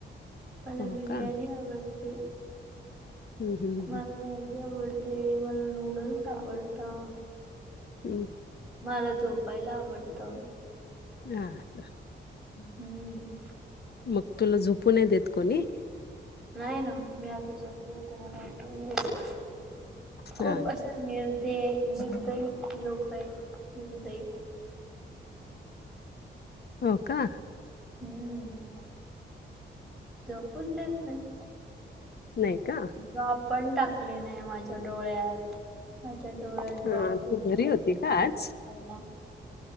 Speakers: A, in the centre; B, on the left.
A: मला
B: हो
A: बिर्याणी
B: का
A: आवडते,
B: हम्म हम्म
A: मला मॅगी आवडते मला नूडल्स आवडता,
B: हम्
A: मला झोपायला आवडतं,
B: हा, का
A: हम्म,
B: मग तुला झोपू नाही देत कोणी,
A: नाही ना मी आत्ता झोपले. होते मला उटवून दिलं, खूप
B: हा
A: अशा निर्दय निर्दयी लोक आहेत निर्दयी,
B: हो का,
A: हम्म, झोपूच देत नाहीत.
B: नाही का,
A: ड्रॉप पण टाकली नाही माझ्या डोळ्यात माझ्या डोळ्यात ड्रॉप
B: हा
A: दिलेला
B: तू घरी होती
A: आहे
B: का आज
A: टाकायला,